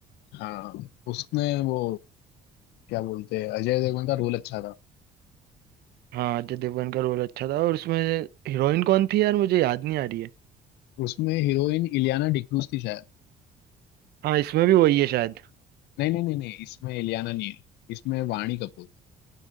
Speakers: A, on the left; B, on the right.
A: हाँ उसमें वो क्या बोलते हैं अजय देवगन का रोल अच्छा था
B: हाँ अजय देवगन का रोल अच्छा था और उसमें हीरोइन कौन थी यार मुझे याद नहीं आ रही है
A: उसमें हीरोइन इलियाना डिक्रूज थी शायद
B: हाँ इसमें भी वही है शायद
A: नहीं नहीं नहीं नहीं इसमें इलियाना नहीं है इसमें वाणी कपूर